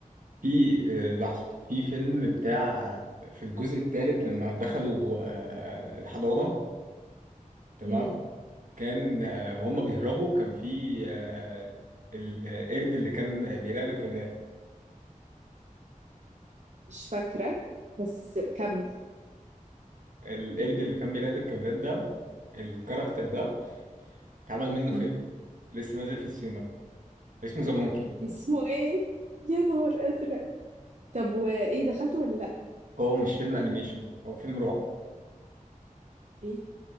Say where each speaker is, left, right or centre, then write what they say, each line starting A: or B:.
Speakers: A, on the right; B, on the right.
A: في آه، لحظه في فيلم بتاع في الجزء الثالث لما دخلوا آه، الحضانه تمام
B: امم
A: كان آه، وهم بيهربوا كان في آه، القرد اللي كان بيراقب الكاميرات
B: مش فاكره بس كمل
A: القرد اللي كان بيراقب الكاميرات ده الكاركتر ده اتعمل منه
B: مم.
A: فيلم لسه نازل في السينما اسمه ذا مونكي
B: اسمه ايه يا نهار ازرق طب وايه دخلته ولا لا
A: هو مش فيلم انيميشن هو فيلم رعب
B: ايه